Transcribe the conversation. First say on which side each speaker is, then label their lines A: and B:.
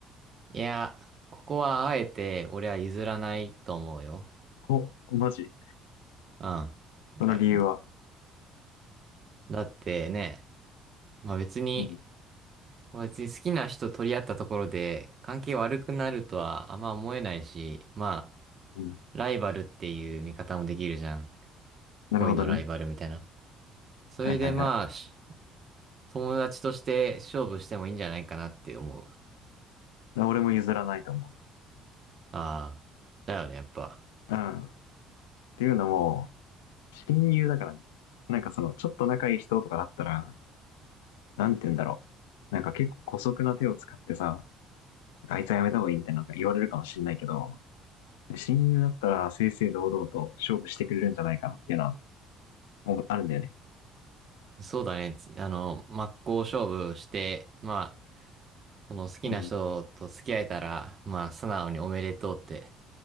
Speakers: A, on the right; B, on the left.
A: いや、ここはあえて俺は譲らないと思うよ。
B: お、マジ。
A: うん。
B: その理由は。
A: いやだってね、まあ別に、
B: うん、
A: 別に好きな人取り合ったところで関係悪くなるとはあんま思えないし、まあ、
B: うん。
A: ライバルっていう見方もできるじゃん。
B: なるほどね。
A: 恋のライバルみたいな。それでまあ、
B: はいはいはい。
A: し友達として勝負してもいいんじゃないかなって思う。
B: 俺も譲らないと思
A: ああ、だよね、やっぱ。
B: う。うん。っていうのも、親友だからね。なんかその、ちょっと仲いい人とかだったら、なんて言うんだろう。なんか結構姑息な手を使ってさ、あいつはやめた方がいいみたいななんか言われるかもしんないけど、親友だったら正々堂々と勝負してくれるんじゃないかなっていうのは思うあるんだよね。
A: そうだね。つあの、真っ向勝負して、まあ、その好きな人と付き合えたら、
B: うん。
A: まあ、素直におめでとうって